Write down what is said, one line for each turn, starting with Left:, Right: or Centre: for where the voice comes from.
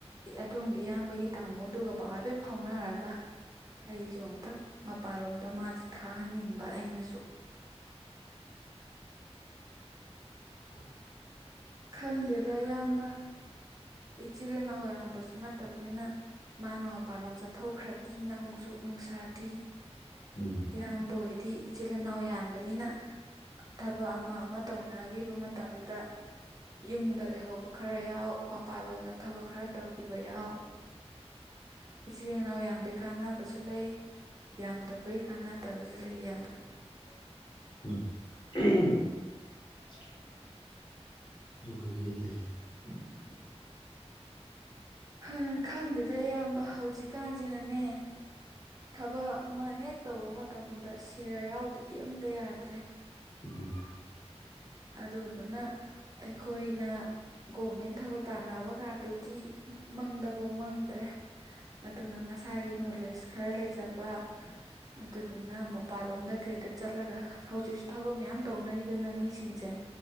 Right: ꯑꯗꯣꯝꯒꯤ ꯏꯌꯥꯝꯕꯒꯤ ꯇꯥꯃꯣꯗꯨꯒ ꯄꯥꯎ ꯍꯥꯏꯐꯦꯞ ꯐꯥꯎꯅꯔꯒ꯫ ꯑꯩꯁꯨ ꯑꯝꯇꯪ ꯃꯄꯥꯟꯂꯣꯝꯗ ꯃꯥꯁꯦ ꯊꯥꯍꯟꯅꯤꯡꯕ ꯑꯩꯅꯁꯨ꯫
Left: <inaudible>
Right: ꯈꯪꯗꯦꯗ ꯏꯌꯥꯝꯕ ꯏꯆꯤꯜ ꯏꯅꯥꯎ ꯌꯥꯝꯕꯁꯨ ꯅꯠꯇꯝꯅꯤꯅ ꯃꯥꯅ ꯃꯄꯥꯥꯟꯂꯣꯝ ꯆꯠꯊꯣꯛꯈ꯭ꯔꯗꯤꯅ ꯑꯃꯨꯛꯁꯨ ꯅꯨꯡꯁꯥ ꯊꯤ꯫
Left: <inaudible>
Right: ꯏꯌꯥꯝꯕ ꯑꯣꯏꯗꯤ ꯏꯆꯤꯜ ꯏꯅꯥꯎ ꯌꯥꯝꯕꯅꯤꯅ ꯊꯕꯛ ꯑꯃ ꯑꯃ ꯇꯧꯅꯒꯤꯕ ꯃꯇꯝꯗ ꯌꯨꯝꯗ ꯂꯩꯍꯧꯕ ꯈꯔ ꯌꯥꯎ ꯃꯄꯜꯂꯣꯝꯗ ꯊꯕꯛ ꯈꯔ ꯇꯧꯈꯤꯕ ꯌꯥꯎ꯫ ꯏꯆꯤꯜ ꯏꯅꯥꯎ ꯌꯥꯝꯕꯩ ꯀꯥꯟꯅꯕꯁꯨ ꯂꯩ꯫ ꯌꯥꯝꯗꯕꯩ ꯀꯥꯟꯅꯗꯕꯁꯨ ꯂꯩ ꯏꯌꯥꯝꯕ꯫
Left: <unintelligible> ꯗꯨꯕꯨꯗꯤ ꯂꯩ
Right: <inaudible> ꯍ ꯈꯪꯗꯦꯗ ꯏꯌꯥꯝꯕ ꯍꯧꯖꯤꯛꯀꯥꯟꯁꯤꯅꯅꯦ ꯊꯕꯛ ꯑꯃ ꯍꯦꯛ ꯇꯧꯕ ꯃꯇꯝꯗ ꯁꯦꯜ ꯌꯥꯎꯗꯗꯤ ꯑꯝꯇ ꯌꯥꯗ꯭ꯔꯦ
Left: ꯎꯝ
Right: ꯑꯗꯨꯗꯨꯅ ꯑꯩꯈꯣꯏꯅ ꯒꯣꯃꯦꯟ ꯊꯕꯛ ꯇꯥꯟꯅꯕ ꯀꯥꯗꯨꯗꯤ ꯃꯪꯗꯐꯥꯎ ꯃꯪꯗ꯭ꯔꯦ꯫ ꯑꯗꯨꯅ ꯃꯁꯥꯒꯤ ꯅꯣꯂꯦꯖ ꯈꯔ ꯂꯩꯖꯕ ꯑꯗꯨꯗꯨꯅ ꯃꯄꯥꯟꯂꯣꯝꯗ ꯀꯩꯗ ꯆꯠꯂꯒ ꯍꯧꯖꯤꯛꯁꯨ ꯊꯕꯛ ꯃꯌꯥꯝ ꯇꯧꯅꯔꯤꯗꯅ ꯃꯤꯁꯤꯡꯁꯦ꯫